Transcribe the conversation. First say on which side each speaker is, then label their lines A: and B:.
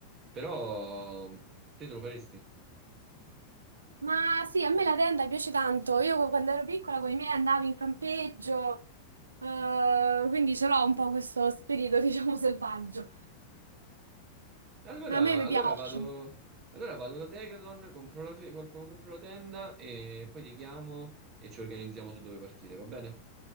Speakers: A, on the right (about 35°); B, on the right (about 70°).
A: Però te te lo faresti?
B: Ma sì, a me la tenda piace tanto. Io quando ero piccola con i miei andavo in campeggio, eh, quindi ce l'ho un po' questo spirito, <laughs> diciamo, selvaggio.
A: Allora,
B: A me mi
A: allora
B: piace.
A: vado, allora vado da Decathlon, compro la, fe- compro compro la tenda e poi ti chiamo e ci organizziamo su dove partire, va bene?